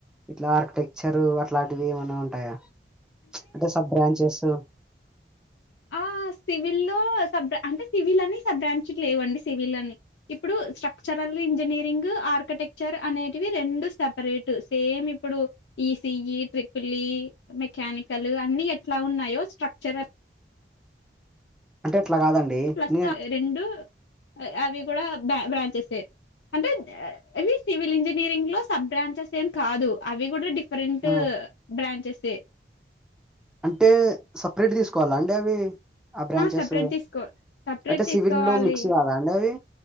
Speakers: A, in the centre; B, on the left.
A: ఇట్లా ఆర్కిటెక్చర్ అట్లాంటివి ఏమైనా ఉంటాయా అంటే సబ్ బ్రాంచెస్
B: ఆ సివిల్ల్లో సబ్ అంటే సివిల్ అని బ్రాంచ్ లేవండి సివిల్ అని ఇప్పుడు స్ట్రక్చ రల్ ఇంజనీరింగ్ ఆర్కిటెక్చర్ అనేటివి రెండు సపరేట్ సేమ్ ఇప్పుడు ఈసఈ ట్రిపులీ మెకానికల్ అన్ని ఎట్లా ఉన్నాయో స్ట్రక్చరల్
A: అంటే అట్లా కాదండి
B: ప్లస్
A: నేను
B: రెండు అవి కూడా బ బ్రాంచెసే అంటే ఇవి సివిల్ ఇంజనీరింగ్ లో సబ్ బ్రాంచెస్ ఏం కాదు అవి కూడా డిఫ్ ఫరెంట్
A: ఆ,
B: బ్రాంచెసే
A: అంటే సపరేట్ తీసుకోవాలా అండి అవి ఆ బ్రాంచెస్
B: సపరేట్ తీసుకో సపరేట్
A: అంటే
B: తీసుకోవాలి
A: సివిల్ లో మిక్స్ కాదా అండి అవి